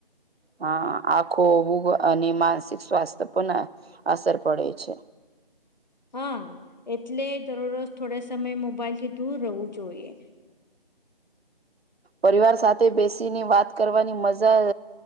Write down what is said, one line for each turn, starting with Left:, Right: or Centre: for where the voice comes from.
Right: હા આખો અને માનસિક સ્વાસ્થ્ય પર અસર પડે છે.
Left: હા એટલે દરરોજ થોડા સમય મોબાઈલ થી દૂર રહેવું જોઈએ
Right: પરિવાર સાથે બેસીને વાત કરવાની મજા